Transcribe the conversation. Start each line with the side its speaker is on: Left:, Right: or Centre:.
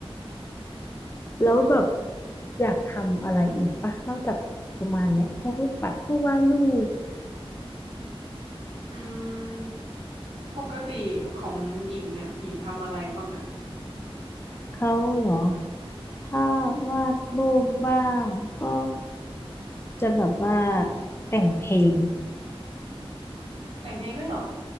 Left: แล้วแบบอยากทำอะไรอีกปะนอกจากประมาณเนี้ยพวกลูกปัดพวกวาดรูป
Right: อืมปกติของหญิงเนี่ยหญิงทำอะไรบ้างอะ
Left: เขาเหรอถ้าวาดรูปบ้างก็ จะแบบว่าแต่งเพลง
Right: แต่งเพลงด้วยเหรอ